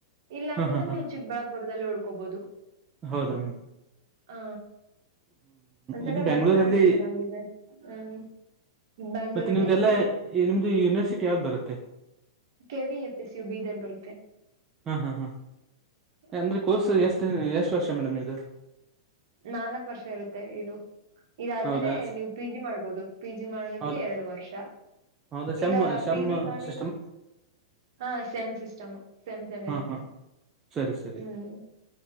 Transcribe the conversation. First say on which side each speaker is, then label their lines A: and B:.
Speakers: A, on the right (about 55°); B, on the right (about 25°).
A: ಇಲ್ಲಾಂತಂದ್ರೆ
B: ಹಾ ಹಾ ಹಾ
A: ನೀವು ಚಿಕ್ಕಬಳ್ಳಾಪುರದಲ್ಲಿ ಉಳ್ಕೋಬಹುದು
B: ಹೌದಾ ಮೆಂ
A: ಹಾ ಒಂದ್ಸಲ
B: ಇದು ಬೆಂಗಳೂರಲ್ಲಿ
A: ಬಂದ್ ನೋಡಿ ಚೆನ್ನಾಗಿದೆ ಹ್ಮ್ ಬ್ಯಾಂಗ್ಳೂರಲ್ಲಿ
B: ಮತ್ತೆ ನಿಮ್ದೆಲ್ಲ ನಿಮ್ದು ಯೂನಿವರ್ಸಿಟಿ ಯಾವ್ದ್ ಬರುತ್ತೆ
A: K V F S U Bidar ಬರುತ್ತೆ
B: ಹಾಂ ಹಾಂ ಹಾ
A: ಹ್ಮ್
B: ಅಂದ್ರೆ ಕೋರ್ಸ್ ಎಷ್ಟು ಎಷ್ಟು ವರ್ಷ ಮೇಡಮ್ ಇದು
A: ನಾಲ್ಕ್ ವರ್ಷ ಇರುತ್ತೆ ಇದು. ಇದಾದ್ಮೇಲೆ
B: ಹೌದಾ
A: ನೀವು ಪಿ ಜಿ ಮಾಡ್ಬೋದು ಪಿ ಜಿ ಮಾಡ್ಲಕ್ಕೆ
B: ಹೌದಾ
A: ಎರಡು ವರ್ಷ
B: ಹೌದಾ ಸೆಮ್
A: ಇಲ್ಲ
B: ಸೆಮ್
A: ಪಿ ಜಿ ಮಾಡಿಲ್ಲ
B: ಸಿಸ್ಟಮ್
A: ಹ <unintelligible> ಸೆಮ್ ಸಿಸ್ಟಮ್ ಸೆಮ್ ಸೆಮ್
B: ಹಾ
A: ಇರುತ್ತೆ
B: ಹಾ ಸರಿ ಸರಿ
A: ಹ್ಮ್